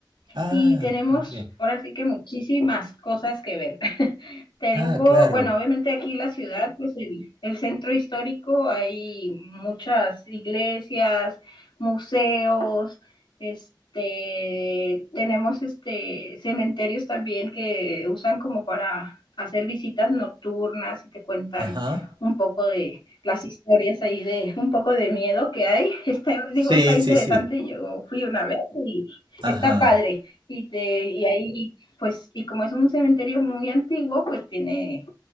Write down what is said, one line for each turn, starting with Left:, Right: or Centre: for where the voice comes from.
Right: Ah,
Left: y tenemos
Right: muy bien.
Left: ahora sí que muchísimas cosas que ver. Tengo,
Right: Ah, claro.
Left: bueno, obviamente aquí la ciudad, pues el, el centro histórico, hay muchas iglesias, museos, este, tenemos este cementerios también que usan como para hacer visitas nocturnas y te cuentan
Right: Ajá.
Left: un poco de las historias ahí de un poco de miedo que hay. <laughs> Está, digo,
Right: Sí,
Left: está interesante.
Right: sí, sí.
Left: Yo fui una vez y está
Right: Ajá.
Left: padre. Y, te, y ahí pues, y como es un cementerio muy antiguo, pues tiene